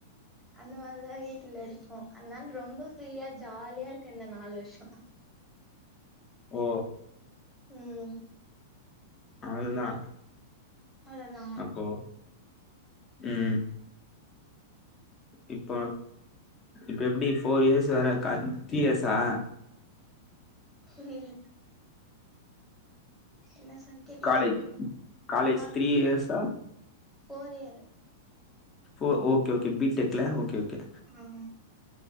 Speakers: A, in the centre; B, on the left.
A: அந்த மார்தா வீட்ல இருக்கூ அதனால ரொம்ப ஃப்ரீயா ஜாலியா இருக்கே இந்த நாலு வருஷொ
B: ஓ
A: ம்
B: அவ்ளோதா
A: அவ்ளோதா
B: அப்போ ம் இப்போ இப்ப எப்டி ஃபோர் இயர்ஸ் வர கா த்ரீ இயர்ஸ் ஆ
A: புரியில் என்ன சார் கேட்டீங்க
B: காலேஜ் காலேஜ்
A: ஆ
B: த்ரீ இயர்ஸா
A: ஃபோர் இயரு
B: ஃபோ ஓகே ஓகே பி டெக் ல ஓகே ஓகே
A: ம் ம்